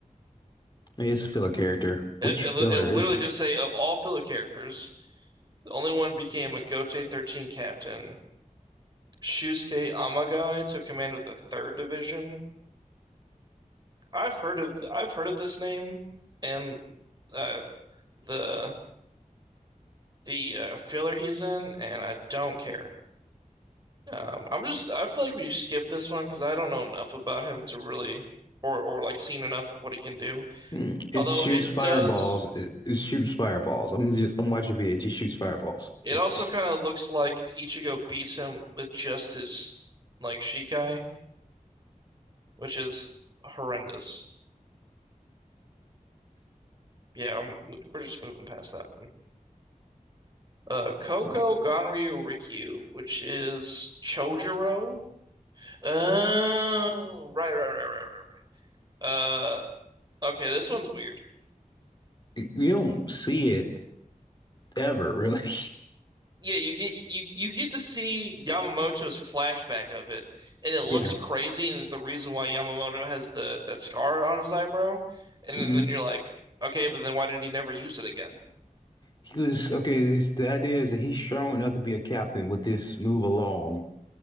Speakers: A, on the left (about 30°); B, on the right (about 30°).
A: It's a filler character.
B: It,
A: Which
B: it,
A: filler
B: it literally
A: is it?
B: just say of all filler characters, the only one became a Gote 13 captain. Shusuke Amagai took command of the third division. I've heard of I've heard of this name and uh, the the uh, filler he's in, and I don't care. Um, I'm just I feel like we skip this one because I don't know enough about him to really or or like seen enough of what he can do.
A: Mm, It
B: Although
A: shoots
B: it
A: fireballs.
B: does,
A: It, it shoots fireballs. I'm just I'm watching video. It just shoots fireballs.
B: it
A: It
B: also
A: just
B: kind of looks like Ichigo beats him with just his like Shikai, which is horrendous. Yeah, I'm, we're just moving past that one. Uh, Koko
A: yeah.
B: Ganryu Rikyu, which is Chojuro. Oh, right, right, right, right, right, right. Uh, okay, this one's weird.
A: it- you don't see it ever really. <laughs>
B: Yeah, you get you you get to see Yamamoto's flashback of it, and it looks
A: Yeah.
B: crazy, and is the reason why Yamamoto has the that scar on his eyebrow. And then,
A: hmm
B: then you're like, okay, but then why did he never use it again?
A: He was okay. This, the idea is that he's strong enough to be a captain with this move alone.